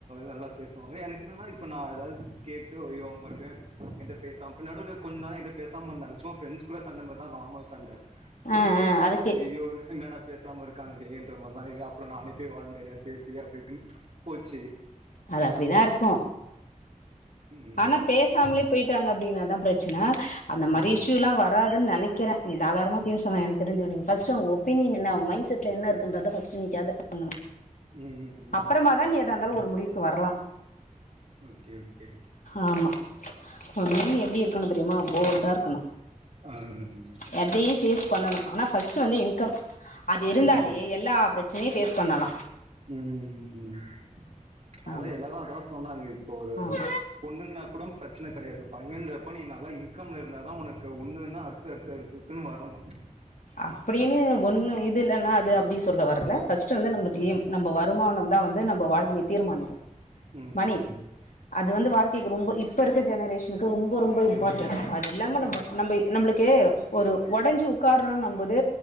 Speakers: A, on the right; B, on the left.
A: நல்லா பேசுவாங்க எனக்கு என்னனா இப்ப நா எதாவது கேட்டு ஐயோ அவங்க மறுபடியுமே என்ட்ட பேச தாம் நடுவுல கொஞ்ச நாள் என்ட்ட பேசாம இருந்தாங்க சும்மா ஃபிரண்ட்ஸ்க்குள்ள சண்ட மார்தா நார்மல் சண்ட அதுக்கே
B: ஆ ஆ
A: எனால
B: அதுக்கே
A: ஐயயோ என்னடா பேசாம இருக்காங்களே என்ற மாரிலா அப்பறோ நானேப்போய் வாலண்டரியா பேசி அப்டி இப்டின்னு போய்ச்சு
B: அது அப்டிதா இருக்கு
A: ம் ம்
B: ஆனா பேச சாமலே போய்ட்டாங்க அப்டினாதா பிரச்சன அந்த
A: ம்
B: மாரி இஷ்யூலா வராதுன்னு நெனைக்கிற நீ தாளாரமா பேசலா எனக்கு தெறிஞ்சு நீங்க ஃபஸ்ட் அவங் ஒ ப்பினியன் என்ன அவங்க மைண்ட் செட்ல என்ன இருக்குன்றத ஃபர்ஸ்ட் நீ கேதர் பண்ணனு
A: ம் ம் ம்
B: அப்பறமாதா நீ எதா இருந்தாலு ஒரு முடிவுக்கு வரலா
A: ஓகே ஓகே
B: ஆமா உண்மைலே நீ எப்டி இருக்கணு தெரியுமா போல்டா இருக்கணு
A: <unintelligible>
B: எதையு ஃபேஸ் பண்ணனு ஆனா ஃபஸ்ட் வந்து இன்கம் அது இருந்தாலே
A: ம்
B: எல்லா பிர ச்சனையு ஃபேஸ் பண்ணலா
A: ம் ம் ம் அதா
B: ஆமா
A: எல்லாரு அதா சொன்னாங்க இப்ப ஒரு
B: ஆமா
A: பொண்ணுங்ன்னா கூடோம் பிரச்சன கெடையாது பையன்றப்ப நீ நல்லா இன்கம்ல இருந்தாதா ஒனக் கு ஒன்னு இல்லன்னா அடுத்து அடுத்து அடுத்தத்துன்னு வருமோ
B: அப்டின்னு ஒன்னு இது இல்லன்னா அது அப்டி சொல்ல வரல ஃபஸ்ட் வந்து நம்மளுக்கு
A: ம்
B: ஏம் நம் ம்ப வருமானந்தா வந்து நம்ப வாழ்க்கைய தீர்மானிக்கு
A: ம்
B: மணி
A: ம்
B: அது வந்து வாழ்க்கைக்கு ரொம்போ இப்ப இருக்க ஜெனரேஷனுக்கு ரொம்பொ ரொம்பொ இம்பார்ட்டன்ட் அது இல்லாம
A: ம் ஆ
B: நம்ப நம்ப நம்பளுக்கு ஒரு ஒடஞ்சி உக்காறோன்னம்போது